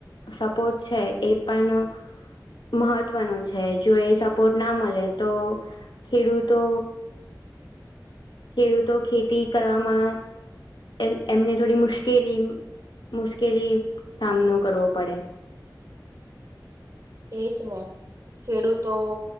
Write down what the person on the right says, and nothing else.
એજ ને ખેડૂતો.